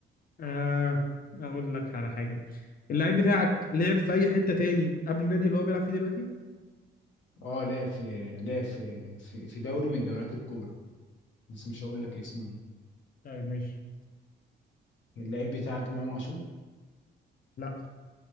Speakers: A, on the left; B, on the left.
A: آه اقول لك على حاجه اللعيب بتاعك لعب في اي حته تاني قبل النادي اللي هو بيلعب فيه دلوقتي
B: اه لعب في لعب في في في دوري من الدوريات الكبرى بس مش هقول لك اسمه
A: طيب ماشي
B: اللعيب بتاعك امام عاشور
A: لا